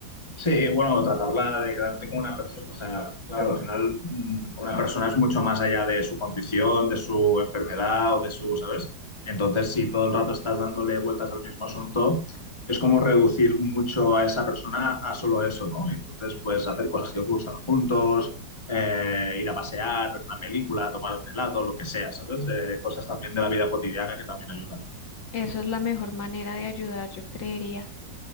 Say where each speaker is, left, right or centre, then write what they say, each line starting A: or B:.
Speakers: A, on the left; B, on the left.
A: Sí, bueno, tratarla de como una persona, o sea, claro, al final mm, una persona es mucho más allá de su condición, de su enfermedad o de su, ¿sabes? Entonces, si todo el rato estás dándole vueltas al mismo asunto, es como reducir mucho a esa persona a solo eso, ¿no? Entonces, pues hacer cosas que os gustan juntos, eh, ir a pasear, ver una película, tomar un helado, lo que sea, ¿sabes? Eh, cosas también de la vida cotidiana que también ayudan.
B: Eso es la mejor manera de ayudar, yo creería.